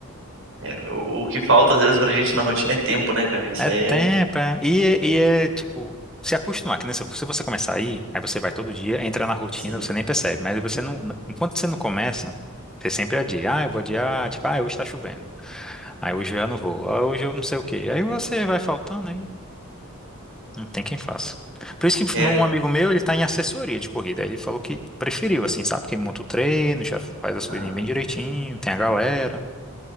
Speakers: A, on the right; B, in the centre.
A: É, o o que falta às vezes pra gente na rotina é tempo, né, cara? Isso
B: É
A: aí é.
B: tempo, é. E, é- e é tipo, se acostumar, que nem se, se você começar a ir, aí você vai todo dia, entra na rotina,
A: Sim.
B: você nem percebe, mas você não, n- enquanto você não começa, você sempre adia, ah, eu vou adiar, tipo, ah, hoje tá chovendo, aí hoje eu já não vou, ah, hoje eu não sei o quê, aí você vai faltando, aí não tem quem faça. Por isso que
A: É.
B: um amigo meu, ele tá em assessoria de corrida, aí ele falou que preferiu, assim, sabe, que monta o treino, já faz as
A: aham.
B: coisinhas bem direitinho, tem a galera,